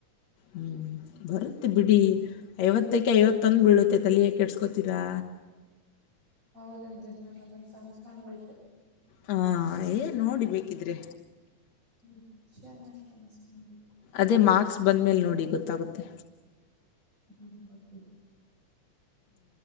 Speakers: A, on the left; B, on the right.
A: ಹ್ಮ್ ಬರುತ್ತೆ ಬಿಡಿ ಐವತ್ತಕ್ಕೆ ಐವತ್ತೊಂದು ಬೀಳುತ್ತೆ ತಲಿಯ ಕೆಡ್ಸ್ಕೋತೀರಾ
B: ಹೌದಂತೆ ನಾನ್ ಅದನ್ನ ಕನಸ್ ಕಾಣ್ಬೆಕ್ಕಿತು
A: ಹಾ ಏ ನೋಡಿ ಬೇಕಿದ್ರೆ
B: ಹ್ಮ್ ಚನ್ನಾಗ್ ಕನ್ಸ್ ನೋಡಿ
A: ಅದೇ ಮಾರ್ಕ್ಸ್ ಬಂದ ಮೇಲೆ ನೋಡಿ ಗೊತ್ತಾಗುತ್ತೆ
B: ಹ್ಮ್ ನೋಡ್ತೀನಿ